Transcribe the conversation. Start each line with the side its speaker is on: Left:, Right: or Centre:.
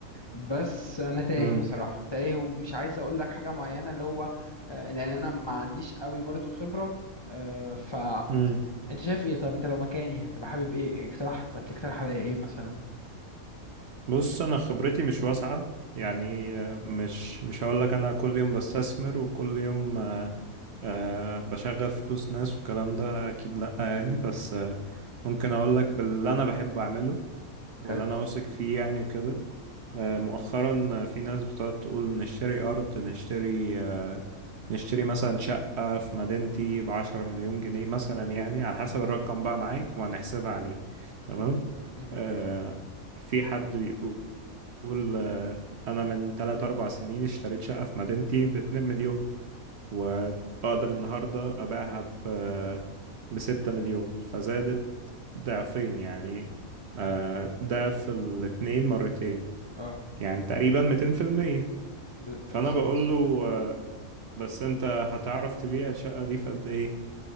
Left: بس انا تايه
Right: امم
Left: بصراحه تايه ومش عايز اقول لك حاجه معينه اللي هو آه، لان انا ما عنديش قوي برضو خبره آه، ف
Right: امم
Left: انت شايف ايه طب انت لو مكاني هتبقى حابب ايه اقترح هتقترح عليا ايه مثلا
Right: بص انا خبرتي مش واسعه يعني
Left: مم.
Right: آه، مش مش هقول لك انا كل يوم بستثمر وكل يوم آه، آه، بشغل فلوس ناس والكلام ده اكيد لا يعني بس آه، ممكن اقول لك باللي انا بحب اعمله واللي
Left: حلو
Right: انا واثق فيه يعني وكده
Left: مم.
Right: آه، مؤخرا في ناس بتقعد تقول نشتري أرض نشتري آه، نشتري مثلا شقة في مدينتي بعشرة مليون جنيه مثلا يعني على حسب الرقم بقى معاك وهنحسبها عليه تمام
Left: مم.
Right: آه، في حد بيقول آه، أنا من تلات أربع سنين اشتريت شقة في مدينتي باتنين مليون وأقدر النهاردة أبيعها ب آه، بستة مليون فزادت ضعفين يعني آه،
Left: مم.
Right: ضعف الاتنين مرتين
Left: اه
Right: يعني تقريبا 200%
Left: ب...
Right: فانا
Left: بالظبط
Right: بقول له آه، بس انت هتعرف تبيع الشقة دي في قد ايه